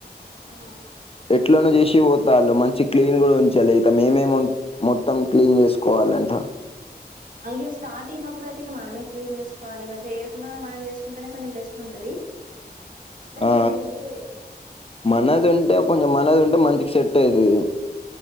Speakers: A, on the right; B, on the left.
A: ఆ
B: ఎట్లనో చేసి పోతా మంచిగ క్లీన్ కూడా ఉంచాలి అయితే మేమే మొత్తం క్లీన్ చేస్ కోవలంట
A: అయితే స్టార్టింగ్ అప్పుడు అయితే ఇగ మనమే క్లీన్ చేసుకోవాలి ఇగ చేయకుండా మనం చేసుకుంటేనే కొంచెం బెస్ట్ ఉంటది కని
B: ఆ
A: ఇగ రెంటే
B: మనది ఉంటే కొంచెం మనది ఉంటే మంచిగ సెట్ అయితది